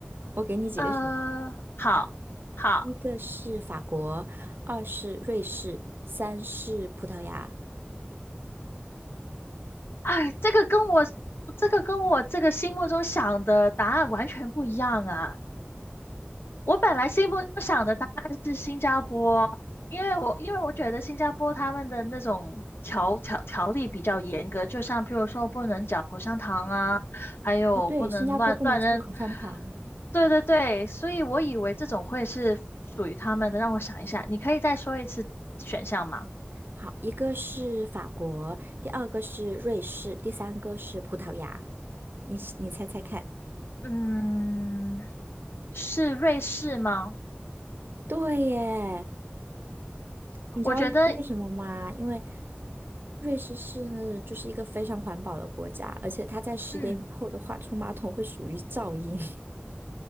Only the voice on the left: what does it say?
呃，好，好。
哎，这个跟我这个跟我这个心目中想的答案完全不一样啊！我本来心目中想的答案是新加坡，因为我因为我觉得新加坡他们的那种条条条例比较严格，就像譬如说不能嚼口香糖啊，还有不能乱乱扔。
对对对，所以我以为这种会是属于他们的。让我想一下，你可以再说一次选项吗？
嗯，是瑞士吗？
我觉得，
嗯，